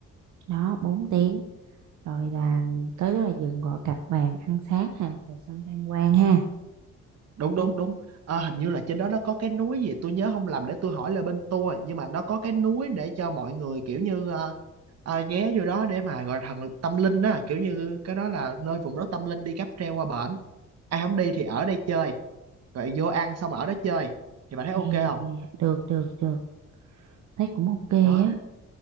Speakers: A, on the right; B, on the right.
A: đó 4 tiếng rồi là tới đó là dừng gọi cặp bàn ăn sáng ha rồi xong tham quan ha
B: đúng đúng đúng Ờ, hình như là trên đó nó có cái núi gì tôi nhớ không lầm để tôi hỏi là bên tour nhưng mà nó có cái núi để cho mọi người kiểu như ờ, ờ, ghé vô đó để mà gọi là thần tâm linh á kiểu như cái đó là nơi vùng đất tâm linh đi cáp treo qua bển ai không đi thì ở đây chơi rồi vô ăn xong ở đó chơi thì bạn thấy
A: À,
B: ok không
A: được được được thấy cũng ok
B: đó
A: á